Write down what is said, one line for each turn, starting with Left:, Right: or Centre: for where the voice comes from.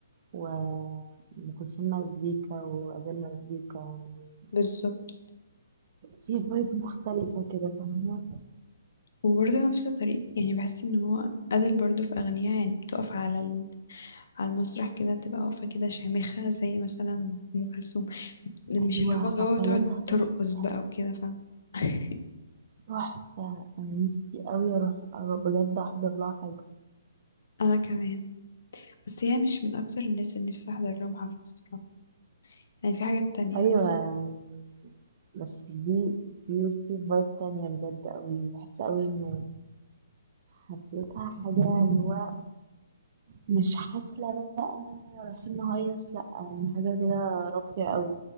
Right: وأم كلثوم مزيكا وأديل مزيكا يعني
Left: بالظبط
Right: في فايب مختلفة كده فاهمة
Left: وبرضه نفس طريقة يعني بحس ان هو أدل برضه في أغانيها يعني بتقف على ال... على المسرح كده تبقى واقفة كده شامخة زي مثلا أم كلثوم مش
Right: أيوة
Left: اللي هو
Right: حفلاتها
Left: جو تقعد
Right: تحفة
Left: ترقص بقى وكده فاهم <laughs>
Right: تحفة أنا نفسي أوي أروح أروح بجد أحضر لها حاجة
Left: أنا كمان بس هي مش من أكتر الناس اللي نفسي أحضر لهم حفلة الصراحة يعني في حاجات تانية
Right: أيوة يعني بس دي دي بصي فايب تانية بجد أوي بحس أوي إن حفلتها حاجة اللي هو مش حفلة بقى رايحين نهيص لأ يعني حاجة كده راقية أوي